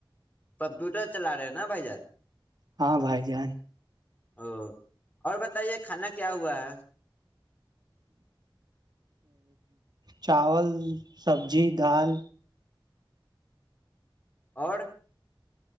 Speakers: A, on the left; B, on the right.
A: کمپیوٹر چلا رہے ہیں نا بھائی جان
B: ہاں بھائی جان
A: او اور بتائیے کھانا کیا ہوا ہے
B: چاول سبزی دال
A: اور